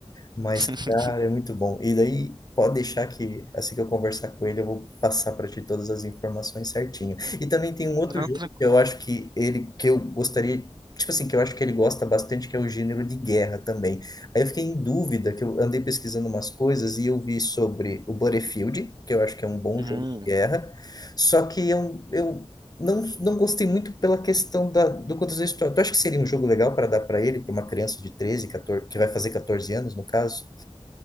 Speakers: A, on the left; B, on the right.
A: Mas,
B: <laughs>
A: cara, é muito bom. E daí, pode deixar que assim que eu conversar com ele, eu vou passar para ti todas as informações certinho. E também tem um outro
B: Não,
A: jogo
B: tranquilo.
A: que eu acho que ele, que eu gostaria, tipo assim, que eu acho que ele gosta bastante, que é o gênero de guerra também. Aí eu fiquei em dúvida, que eu andei pesquisando umas coisas e eu vi sobre o Battlefield, que eu acho que é um bom
B: Hum.
A: jogo de guerra. Só que eu, eu não, não gostei muito pela questão da, do quantas vezes tu, tu acha que seria um jogo legal para dar para ele, para uma criança de treze 14, que vai fazer 14 anos, no caso?